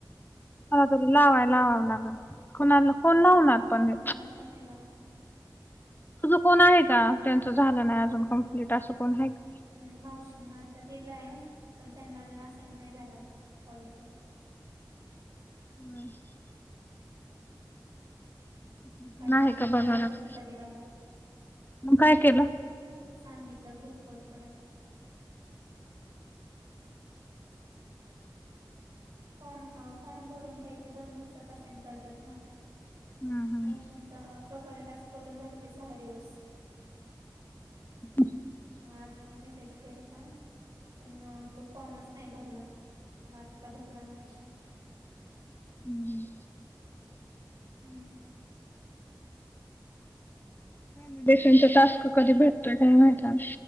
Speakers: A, on the left; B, on the right.
A: आला तरी लावाय लावाव लागन, कोणाला कोण लावणार? पण हे.
B: मला पण नाही लावता येत.
A: तुझं कोण आहे का? त्यांच झालं नाही अजून कंप्लीट, असं कोण आहे का?
B: म्हणजे मावशींना आता दिलाय, पण त्यांना अजून असाईन नाही झाला कॉलच.
A: <unintelligible> का
B: कारण,
A: आहे
B: मीन
A: का
B: नंबर
A: बघायला लागल.
B: चुकीचा दिला होता.
A: मग काय केलं?
B: सांगितलं ग्रुप वर परत. फॉर्म अ फॉर्म भरून काहीतरी दोन दिवसात असाईन करतात ना?
A: हम्म हम्म
B: मावशींचा प्रोफाईल टास्क करून झालते सहा दिवस.
A: <inaudible>
B: आज मी मेसेज केलता, पण तो फॉर्मच नाय भरला, मग आत्ता भर ला मगाशी.
A: हम्म.
B: हं.
A: <unintelligible> टास्क कधी भेटतोय काय माहित अगं?